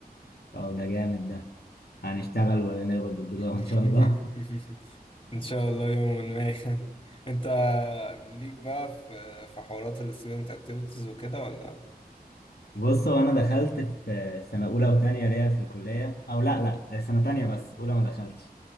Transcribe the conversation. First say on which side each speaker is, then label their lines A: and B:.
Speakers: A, on the left; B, on the left.
A: أه ده جامد ده هنشتغل ونقبض بالدولار
B: <laughs>
A: إن شاء الله.
B: إن شاء الله يوما ما <laughs> أنت ليك بقى في في حوارات ال student activities وكده ولا؟
A: <laughs> بص هو أنا دخلت في آه، سنة أولى وتانية ليا في الكلية أو لا لا سنة تانية بس أولى ما دخلتش.